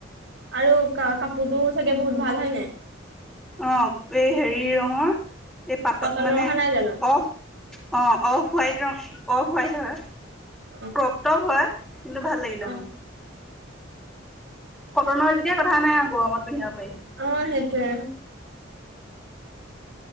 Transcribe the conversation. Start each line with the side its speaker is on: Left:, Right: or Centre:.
Right: আৰু কা-কাপোৰটো চাগে বহুত ভাল হয় নাই?
Centre: অ' এই হেৰি ৰঙৰ এই পাতত
Right: কটনৰ
Centre: মানে
Right: অহা নাই জানো
Centre: অ' অ' অফ হোৱাইট ৰং, অফ হোৱাইট হয়।
Right: অ
Centre: প্ৰপ্ত হয় কিন্তু ভাল লাগিলে
Right: অ
Centre: মোৰ। কটনৰ যেতিয়া কথা নাই, গৰমত পিন্ধিব পাৰি।
Right: অ' সেইটোৱে।